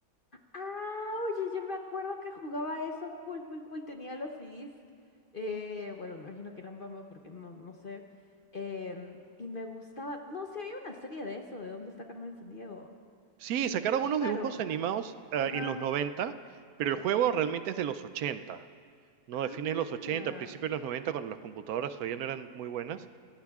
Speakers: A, on the left; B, on the right.
A: Ah, oye, yo me acuerdo que jugaba eso full, full, full. Tenía los CDs. eh, bueno, me imagino que eran Bamba porque no, no sé. em, y me gustaba. No sé, había una serie de eso, de dónde está Carmen Sandiego.
B: Sí, sacaron unos
A: Claro.
B: dibujos animados ah,
A: Ajá.
B: en los 90, pero el juego realmente es de los 80, ¿no?
A: Ah,
B: De fines
A: manja.
B: de los 80, principios de los 90, cuando las computadoras todavía no eran muy buenas.